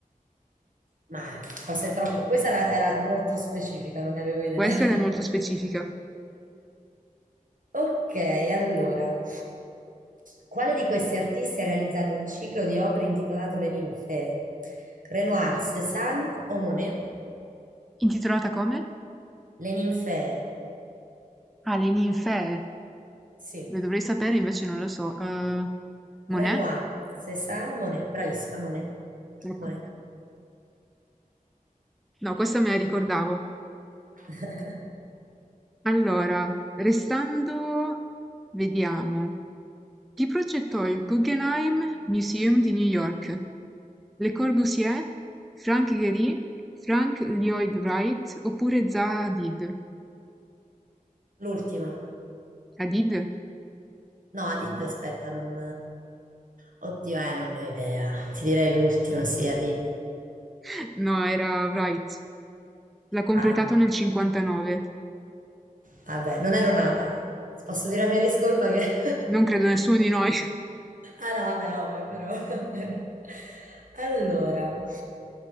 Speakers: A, on the right; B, in the centre.
A: Ma forse è troppo. Questa era, era molto specifica, non ne avevo idea.
B: Questa
A: <laughs>
B: è molto specifica.
A: Ok, allora. Quale di questi artisti ha realizzato un ciclo di opere intitolato Le ninfee? Renoir, Cézanne o Monet?
B: Intitolata come?
A: Le ninfee,
B: Ah, Le ninfee.
A: sì.
B: Lo dovrei sapere, invece non lo so. Eh, Monet?
A: Renoir, Cézanne, Monet. Bravissima, Monet.
B: Ecco.
A: Monet.
B: No, questa me la ricordavo.
A: <laughs>
B: Allora, restando, vediamo. Chi progettò il Guggenheim Museum di New York? Le Corbusier, Frank Gehry, Frank Lloyd Wright oppure Zaha Hadid?
A: L'ultima.
B: Hadid?
A: No, Adid, aspetta, non... Oddio, eh, non ne ho idea. Ti direi l'ultima, sì, Adid.
B: <laughs> No, era Wright. L'ha completato
A: Ah,
B: nel 59.
A: vabbè, non ero nata. Posso dire la mia discolpa che... <laughs>
B: Non credo nessuno di noi.
A: Ah no, vabbè, ovvio, però. <laughs> Allora,